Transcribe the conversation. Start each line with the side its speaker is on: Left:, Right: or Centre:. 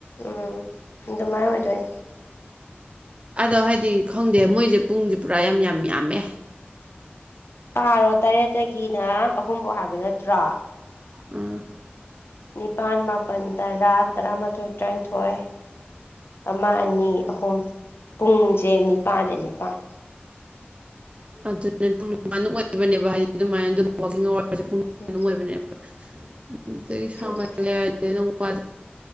Left: ꯎꯝ ꯑꯗꯨꯃꯥꯏꯅ ꯑꯣꯏꯗꯣꯏꯅꯤ
Right: ꯑꯗꯣ ꯍꯥꯏꯗꯤ ꯈꯪꯗꯦ ꯃꯣꯏꯁꯦ ꯄꯨꯡꯁꯦ ꯄꯨꯔꯥ ꯌꯥꯝ ꯌꯥꯝ ꯌꯥꯝꯃꯦ
Left: ꯀꯥꯔꯣ ꯇꯔꯦꯠꯇꯒꯤꯅ ꯑꯍꯨꯝꯐꯧ ꯍꯥꯏꯕ ꯅꯠꯇ꯭ꯔꯣ
Right: ꯑꯥ
Left: ꯅꯤꯄꯥꯜ ꯃꯥꯄꯜ ꯇꯔꯥ ꯇꯔꯥꯃꯥꯊꯣꯏ ꯇꯔꯥꯅꯤꯊꯣꯏ ꯑꯃ ꯑꯅꯤ ꯑꯍꯨꯝ ꯄꯨꯡꯁꯦ ꯅꯤꯄꯥꯜꯅ ꯅꯤꯄꯥꯜ
Right: ꯑꯗꯨ ꯄꯨꯡ ꯅꯤꯄꯥꯥꯟꯨꯛ ꯑꯣꯏꯕꯅꯦꯕ ꯍꯥꯏꯗꯤ ꯑꯗꯨꯃꯥꯏꯅ ꯑꯗꯨꯝ ꯑꯋꯥꯔ
Left: ꯎꯝ
Right: ꯑꯗꯨꯗꯒꯤ ꯁꯥꯡ
Left: ꯎꯝ
Right: ꯍꯥꯏꯔ ꯅ ꯋꯥꯗꯣ